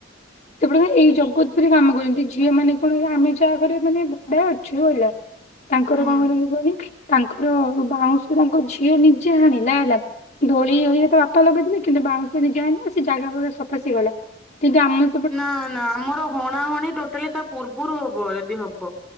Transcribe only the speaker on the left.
ସେପଟ ଏଇ ଜଗତ ପୁରରେ କାମ କରନ୍ତି ଝିଅ ମାନେ କଣ କହିଲେ ଆମେ ଯାହା ଘରେ ମାନେ ଭଡା ଅଛୁ ହେଲା ତାଙ୍କର
କଣ କରନ୍ତି କୁହନି ତାଙ୍କର ବାଉଁଶ ତାଙ୍କ ଝିଅ ନିଜେ ହାଣିଲା ହେଲା ଦୋଳି ହେଇଆ ତା ବାପା ଲଗେଇଦେଲେ କିନ୍ତୁ ବାଉଁଶ ନିଜେ ହାଣିଲା ନା ସେ ଜାଗା ଫାଗା ସଫା ସିିଏ କଲା। ଟିକେ ଆମେ